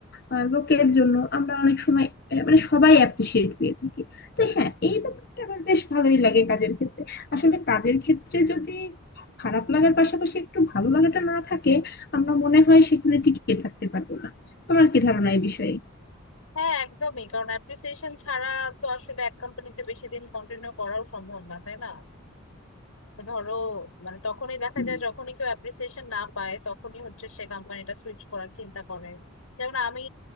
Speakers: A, on the left; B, on the left.
A: আহ, লোকের জন্য আমরা অনেক সময় আহ, মানে সবাই অ্যাপ্রিসিয়েট পেয়ে থাকি তো হ্যাঁ এই ব্যাপারটা আমার বেশ ভালোই লাগে কাজের ক্ষেত্রে আসলে কাজের ক্ষেত্রে যদি খারাপ লাগার পাশাপাশি একটু ভালো লাগাটা না থাকে আমরা মনে হয় সেখানে টিকে থাকতে পারবো না তোমার কি ধারণা এই বিষয়ে
B: হ্যাঁ একদমই কারণ অ্যাপ্রিসিয়েশন ছাড়া তো আসলে এক কোম্পানিতে বেশি দিন কন্টিনিউ করাও সম্ভব না তাই না ধরো মানে তখনই দেখা
A: হুম,
B: যায় যখনই কেউ অ্যাপ্রিসিয়েশন না পায় তখনই হচ্ছে সে কোম্পানিটা সুইচ করার চিন্তা করে যেমন আমি